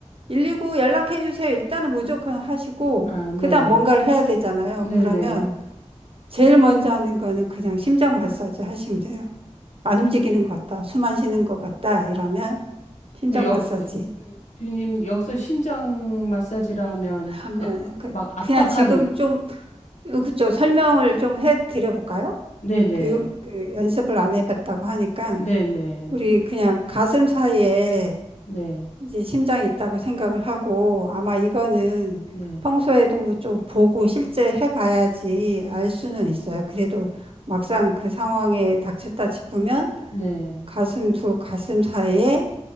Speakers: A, on the right; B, on the left.
A: 119 연락해 주세요. 일단은 무조건 하시고,
B: 아, 네,
A: 그다음 뭔가를 해야 되잖아요.
B: 네,
A: 그러면
B: 네.
A: 제일 먼저 하는 거는 그냥 심장 마사지 하시면 돼요. 안 움직이는 것 같다. 숨 안 쉬는 것 같다. 이러면 심장
B: 네, 여,
A: 마사지
B: 뷰님 여기서 심장 마사지라 하면
A: 하면,
B: 그
A: 그,
B: 막
A: 그냥
B: 압박하는
A: 지금 좀, 그쵸. 설명을 좀 해 드려볼까요?
B: 네네
A: 교육, 그 연습을 안 해봤다고 하니까
B: 네네
A: 우리 그냥 가슴 사이에
B: 네네
A: 이제 심장이 있다고 생각을 하고 아마 이거는
B: 네
A: 평소에도 좀 보고 실제 해봐야지 알 수는 있어요. 그래도 막상 그 상황에 닥쳤다 싶으면
B: 네.
A: 가슴 두 가슴 사이에